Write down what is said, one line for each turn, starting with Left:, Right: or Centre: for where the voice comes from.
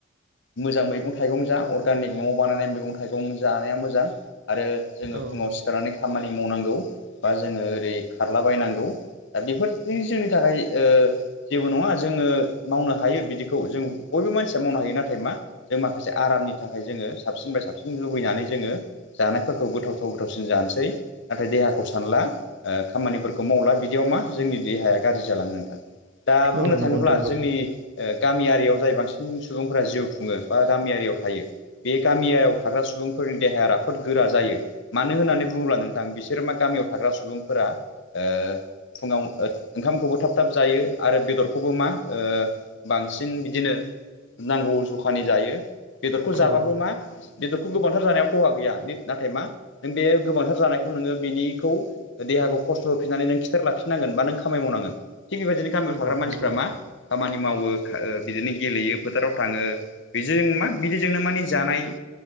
Left: मोजां मैगं थाइगं जा अरगानिक न'आव बानायनाय मैगं थाइगं जानाया मोजां। आरो जोङो
Right: औ
Left: फुङाव सिखारनानै खामानि मावनांगौ बा जोङो ओरै खारलाबायनांगौ। दा बेफोरनि जोंनि थाखाय ओ जेबो नङा जोङो मावनो हायो बिदिखौ जों बयबो मानसिया मावनो हायो नाथाय मा जों माखासे आरामनि थाखाय जोङो साबसिननिफ्राय साबसिन लुबैनानै जोङो जानायफोरखौ गोथावथाव गोथावसिन जानोसै नाथाय देहाखौ सानला ओ खामानिफोरखौ मावला बिद दियाव मा जोंनि देहाया गाज्रि जालाङो नोंथां दा बुंनो
Right: औ नंगौ
Left: थाङोब्ला
Right: नोंथां नंगौ
Left: जोंनि ओ गामियारियाव जाय बांसिन सुबुंफोरा जिउ खुङो बा गामियारियाव थायो बे गामियाव थाग्रा सुबुंफोरनि देहाया राफोद गोरा जायो। मानो होननानै बुङोब्ला नोंथां बिसोर मा गामियाव थाग्रा सुबुंफोरा ओ फुङाव ओंखामखौबो थाब थाब जायो आरो बेदरखौबो मा ओ बांसिन बिदिनो नांगौ जखानि जायो बेदरखौ जाबाबो
Right: औ
Left: मा बेदरखौ गोबांथार जानायाव खहा गैया नाथाय मा नों बे गोबांथार जानायखौ नोङो बिनिखौ देहाखौ खस्थ' होफिननानै नों खि थेर लाखिननांगोन बा नों खामानि मावनांगोन थिग बेबायदिनो गामियाव
Right: नंगौ
Left: थाग्रा मानसिफ्रा
Right: नोंथां नंगौ
Left: मा खामानि मावो खो बिदिनो गेलेयो फोथाराव थाङो। बेदिजों मा बिदिजोंनो माने जानाय